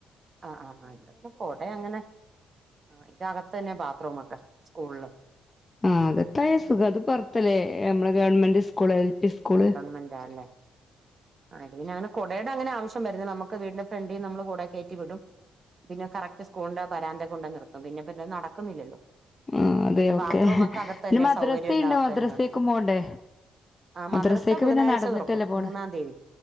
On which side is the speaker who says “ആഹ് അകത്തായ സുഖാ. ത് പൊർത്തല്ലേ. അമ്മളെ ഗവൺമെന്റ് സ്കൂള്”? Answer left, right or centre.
Left